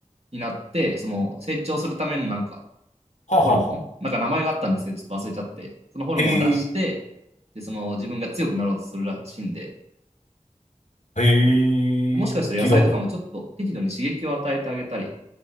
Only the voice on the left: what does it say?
はあ、
はあ、は
あ。へえ、
へえ、
聞いたことある。